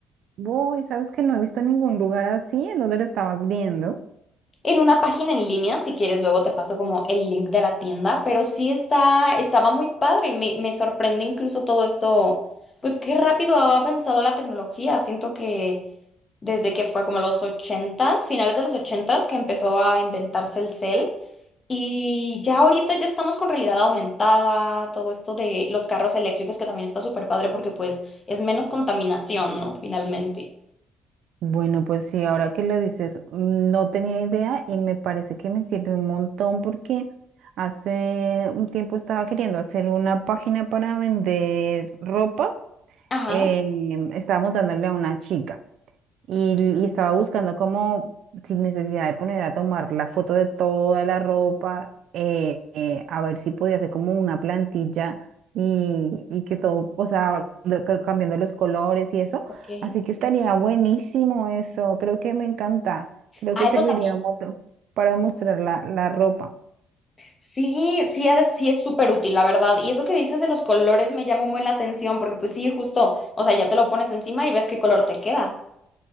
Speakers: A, on the right; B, on the left.
A: Voy, sabes que no he visto ningún lugar así, ¿en dónde lo estabas viendo?
B: en una página en línea, si quieres, luego te paso como el link de la tienda, pero sí está, estaba muy padre, me, me sorprende incluso todo esto, pues qué rápido ha avanzado la tecnología, siento que desde que fue como los ochentas, finales de los ochentas, que empezó a inventarse el cel, y ya ahorita ya estamos con realidad aumentada, todo esto de los carros eléctricos que también está súper padre porque pues es menos contaminación, ¿no? Finalmente.
A: Bueno, pues sí, ahora que lo dices, mm, no tenía idea y me parece que me sirve un montón porque hace un tiempo estaba queriendo hacer una página para vender ropa.
B: Ajá.
A: eh, estaba montándole a una chica. Y, y estaba buscando como, sin necesidad de poner a tomar la foto de toda la ropa, eh, eh, a ver si podía hacer como una plantilla y, y que todo, o sea, de- ca- cambiando los colores y eso.
B: ok.
A: Así que estaría buenísimo eso. Creo que me encanta. Creo
B: Ah,
A: que serviría
B: eso también.
A: mucho para mostrar la, la ropa.
B: Sí, sí, ha de- sí es súper útil, la verdad. Y eso que dices de los colores me llama muy la atención porque pues sí, justo, o sea, ya te lo pones encima y ves qué color te queda.